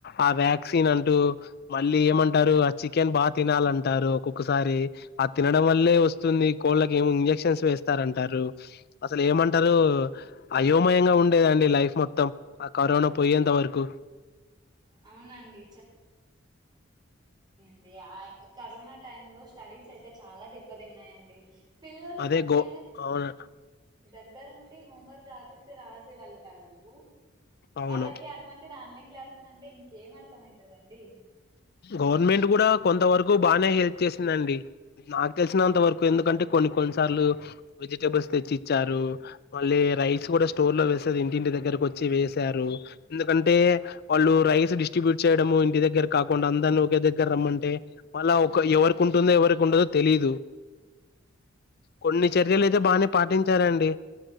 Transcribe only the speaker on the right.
అవునండి ఇ ఆ కరోనా టైమ్ లో స్టడీస్ అయితే చాలా దెబ్బతిన్నాయండి పిల్లలు
ముఖ్య
ద్గర ఉండి హోవర్క్ రాపిస్త రాసేవాళ్ళు కాదు
వాళ్ళకి అటువంటి ఆన్లైన్ క్లాసెస్ ఏం అర్థం అవుతుదండి.